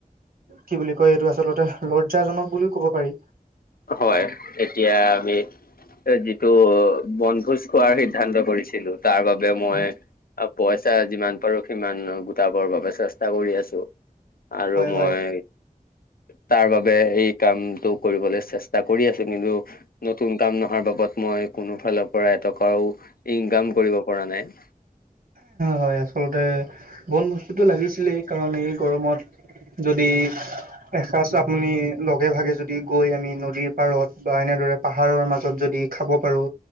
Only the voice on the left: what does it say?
হয় এতিয়া আমি যিটো বনভোজ খোৱাৰ সিদ্ধান্ত কৰিছিলোঁ। তাৰ বাবে মই
পইচা যিমান পাৰোঁ সিমান গোটাবৰ বাবে চেষ্টা কৰি আছোঁ আৰু মই
তাৰ বাবে এই কামতটো কৰিবলৈ ‍চেষ্টা কৰি আছে কিন্তু নতুন কাম নহৰ বাবদ মই কোনো ফালৰ পৰা এটকাও ইন কাম কৰিব পৰা নাই।